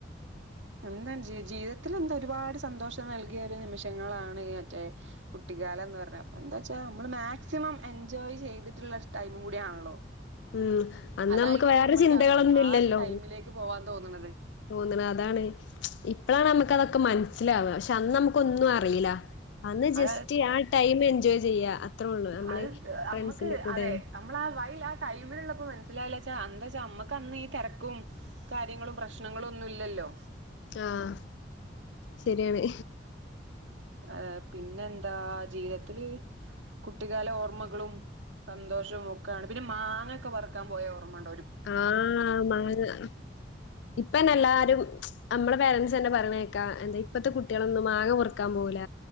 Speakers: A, on the right; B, on the left.
A: എന്താ ജീവിതത്തിൽ എന്താ ഒരുപാട് സന്തോഷം നൽകിയ ഒരു നിമിഷങ്ങളാണ് ഈ മറ്റേ കുട്ടി കാലം എന്ന് പറഞ്ഞ എന്താച്ചാ നമ്മള് മാക്സിമം എൻജോയ് ചെയ്തിട്ടുള്ള ഒരു ടൈം കൂടിയാണല്ലോ
B: ഉം അന്ന്
A: അതായിക്കും
B: നമുക്ക് വേറെ
A: നമ്മൾക്ക്
B: ചിന്തകളൊന്നും
A: അങ്ങ് ആ
B: ഇല്ലല്ലോ
A: ഒരു ടൈമിലേക്ക് പോവാൻ തോന്നുണത്
B: തോന്നണ അതാണ് ഇപ്പളാണ് നമ്മക്ക് തൊക്കെ മനസ്സിലാവ പക്ഷെ അന്ന് നമുക്ക് ഒന്നും അറിയീല അന്ന്
A: അത
B: ജസ്റ്റ് ആ ടൈം എൻജോയ് ചെയ്യാ അത്രേ ഉള്ളൂ നമ്മള്
A: അത്
B: ഫ്രണ്ട്സിന്റെ
A: നമ്മക്ക്
B: കൂടെ
A: അതെ നമ്മള ആ വൈൽ ആ ടൈമിലുള്ളപ്പോ മനസ്സിലായിലാച്ച എന്താച്ചാ നമ്മക്ക് അന്ന് ഈ തിരക്കും കാര്യങ്ങളും പ്രശ്നങ്ങളും ഒന്നും ഇ ല്ലല്ലോ
B: ആഹ ശരിയാണ്
A: ആഹ് പിന്നെ എന്താ ജീവിതത്തില് കുട്ടികാല ഓർമ്മകളും സന്തോഷവും ഒക്കെണ് പിന്നെ മാങ്ങക്കെ പൊറുക്കാൻ പോയ ഓർമ്മണ്ട്
B: ആഹ മാങ്ങ ഇപ്പന്നെ എല്ലാരും നമ്മളെ പേരൻസ് ന്നെ പറയേണെക്കാ എന്താ ഇപ്പത്തെ കുട്ടികളൊന്നും മാങ്ങ പൊറുക്കാൻ പോകൂല